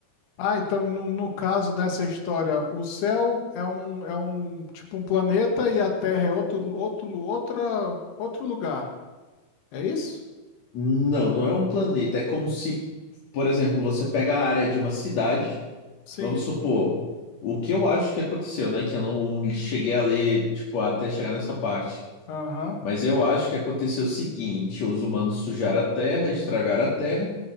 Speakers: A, on the left; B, on the left.
A: Ah, então, no, no caso dessa história, o céu é um, é um, tipo, um planeta e a Terra é outro, outro, outra, outro lugar. É isso?
B: Não, não é um planeta. É como se, por exemplo, você pega a área de uma cidade,
A: Sim.
B: vamos supor, o que eu acho que aconteceu, né? Que eu não cheguei a ler, tipo, até chegar nessa parte.
A: Aham.
B: Mas eu acho que aconteceu o seguinte: os humanos sujaram a terra, estragaram a terra